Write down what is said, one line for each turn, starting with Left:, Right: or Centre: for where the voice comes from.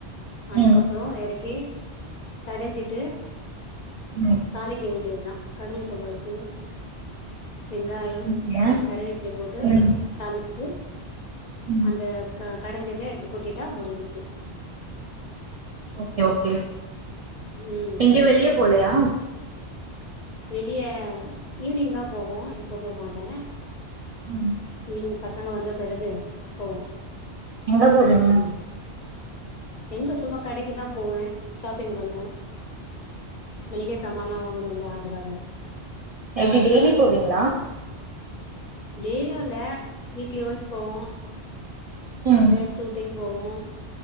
Left: அதுக்கப்றோ
Right: ம்
Left: எறக்கி கடஞ்சிட்டு
Right: ம்
Left: தாளிக்க வேண்டியது தான் கடு உழுதம் பருப்பு வெங்காயம்
Right: ஓகே
Left: கருவேப்பில போட்டு
Right: ம்
Left: தாளிச்சிட்டு
Right: ம்
Left: அந்த கடஞ்சத எடுத்து கொட்டிட்டா முடிஞ்சிச்சு
Right: ஓகே ஓகே
Left: ம்
Right: இங்க வெளியே போலையா
Left: வெளிய ஈவினிங் தான் போவோ இப்ப போமாட்டேன்
Right: ம்
Left: ஈவினிங் பசங்க வந்த பிறகு போவோ
Right: எங்க போவீங்க
Left: ம் எங்க சும்மா கடைக்குதான் போவேன் ஷாப்பிங் பண்ணுவேன் மளிக சமானோ வாங்கணு இல்ல அதுக்காக
Right: எப்டி டெய்லி போவீங்ளா
Left: டெய்லியும் இல்ல வீக்லி ஒன்ஸ் போவோ
Right: ம்
Left: இல்ல டூ டைம் போவோம்